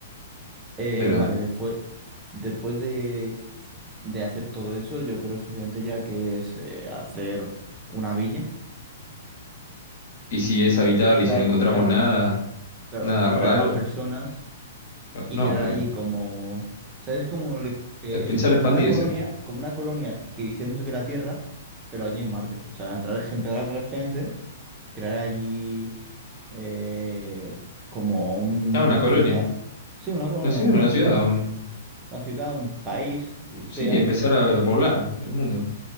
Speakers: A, on the right (about 20°); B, on the left (about 55°).
A: Eh,
B: Pero,
A: vale, después, después de, de hacer todo eso, yo creo simplemente ya que es eh, hacer una villa,
B: ¿y si es habitable
A: traer,
B: y si no encontramos
A: claro,
B: nada,
A: claro,
B: nada raro?
A: traer más personas y
B: No,
A: crear
B: eh,
A: allí como, ¿sabes? Como, le- eh,
B: es pensar expandirse.
A: como una colonia, como una colonia que hicimos aquí en la Tierra, pero allí en Marte. O sea, traer, gen- empezar a traer gente, crear allí eh, como un-
B: Ah, una
A: una
B: colonia.
A: ciudad. Sí, una colonia,
B: Nació
A: como
B: en
A: una
B: una ciudad.
A: ciudad,
B: un-
A: una ciudad, un país, lo que
B: Sí,
A: sea
B: empezar a poblar el mundo.